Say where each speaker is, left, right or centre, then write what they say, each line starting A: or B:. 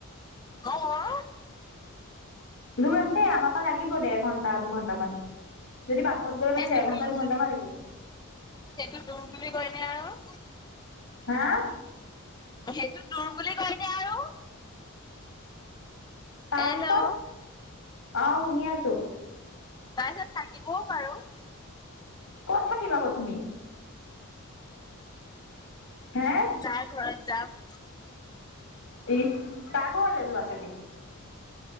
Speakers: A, on the left; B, on the left.
A: অ।
B: দূৰ আছে, আমা পা লাগিব দেৰ ঘণ্টা দুঘণ্টামান। যদি বাছত গ'লে
A: সেইটো
B: মানে ডেৰ ঘণ্টা
A: দূৰ
B: দুঘণ্টামান লাগিব।
A: সেইটো দূৰ বুলি কইনে আও।
B: হা?
A: সেইটো দূৰ বুলি কয় নে আৰু।
B: তাপিছত,
A: হেল্ল'
B: অ' শুনি আছো।
A: তাৰপিছত থাকিবও পাৰো।
B: ক'ত থাকিবা আক তুমি? হে?
A: চা ঘৰত যাম।
B: ইট কা ঘৰলে যোৱা তুমি?